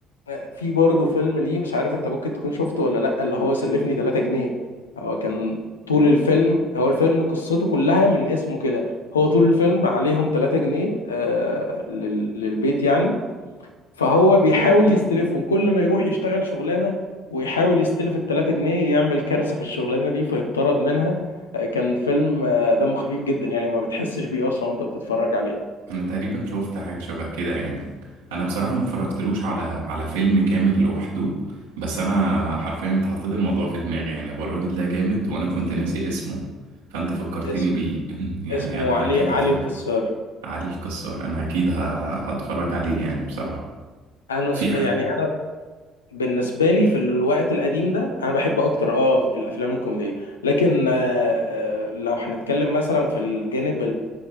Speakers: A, on the left; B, on the right.
A: آه، في برضه فيلم ليه مش عارف انت ممكن تكون شفته ولا لا اللي هو سلفني 3 جنيه هو كان طول الفيلم هو الفيلم قصته كلها من اسمه كده هو طول الفيلم عليهم 3 جنيه آه لل- للبيت يعني فهو بيحاول يستلفهم كل ما يروح يشتغل شغلانه ويحاول يستلف التلاتة جنيه يعمل كارثه في الشغلانه دي فيطرد منها آه، كان فيلم آه، دمه خفيف جدا يعني ما بتحسش بيه اصلا وانت بتتفرج عليه
B: انا تقريبا شفت حاجه شبه كده يعني انا بصراحه ما اتفرجتلوش على على فيلم كامل لوحده بس انا حرفيا انت حطيت الموضوع في دماغي يعني هو الراجل ده جامد وانا كنت ناسي اسمه فانت فكرتني
A: اسم
B: بيه <laughs> يعني
A: اسمه
B: انا
A: علي
B: اكيد
A: علي
B: هتفرج
A: الكسار
B: علي الكسار انا اكيد ه- هتفرج عليه يعني بصراحه
A: انا
B: في
A: ص-
B: ح...
A: يعني انا بالنسبه لي في الوقت القديم ده انا بحب اكتر اه الافلام الكوميديه لكن آه، آه، لو هنتكلم مثلا في الجانب